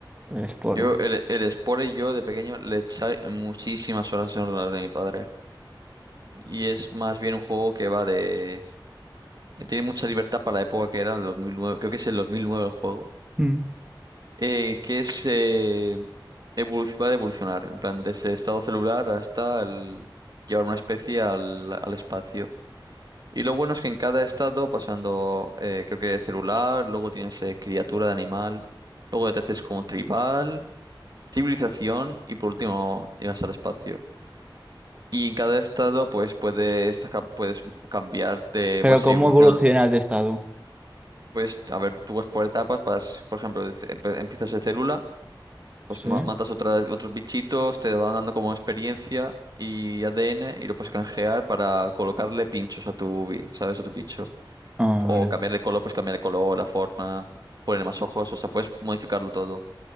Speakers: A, on the right; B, on the right.
A: El Spore.
B: Yo, el, el Spore, yo de pequeño le eché muchísimas horas en el ordenador de mi padre. Y es más bien un juego que va de... eh, Tiene mucha libertad para la época que era, el 2009, creo que es el 2009 el juego.
A: Mm.
B: eh, que es... eh, evoluc- va de evolucionar, en plan, desde estado celular hasta el, llevar una especie al, al espacio. Y lo bueno es que en cada estado, pasando, eh, creo que celular, luego tienes eh, criatura de animal, luego te haces como tribal. civilización y por último llegas al espacio. Y en cada estado pues puedes, ca- puedes cambiarte,
A: Pero
B: puedes
A: ¿cómo
B: ir evolucionando,
A: evolucionas de estado?
B: pues a ver, tú vas por etapas, vas, por ejemplo, de ce- empe- empiezas de célula, pues
A: Sí.
B: ma- matas otras, otros bichitos, te van dando como experiencia y ADN y lo puedes canjear para colocarle pinchos a tu, bi- ¿sabes? A tu bicho.
A: Ah,
B: O
A: vale.
B: cambiarle color, pues cambiarle color, la forma, poner más ojos, o sea, puedes modificarlo todo.